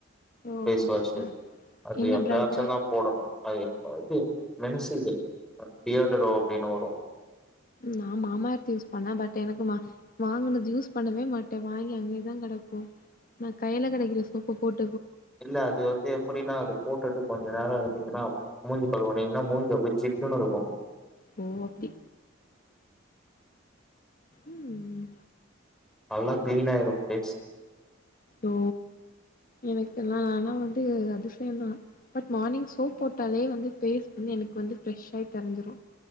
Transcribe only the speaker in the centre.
ஃபேஸ் வாஷு
அது
எப்பயாச்சு
தா போடணு அது இது மென்சு இது பியடரோ அப்டின்னு வரு
இல்ல அது வந்து எப்டின்னா அது போட்டுட்டு கொஞ்ச நேர இருந்துச்சுன்னா மூஞ்சு கழுவுனீங்னா மூஞ்சு அப்டி சில்லுன்னு இருக்கு
நல்லா கிளீன் ஆயிரு ஃபேஸ்